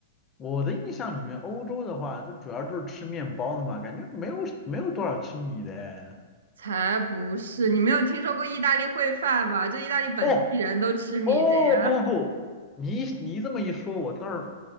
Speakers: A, on the left; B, on the right.
A: 我的印象里面，欧洲的话，就主要就是吃面包的嘛，感觉没有没有多少吃米的哎。
B: 才不是！你没有听说过意大利烩饭吗？就意大利本地人都吃米的呀。
A: 哦，哦，不不不，你你这么一说，我倒是，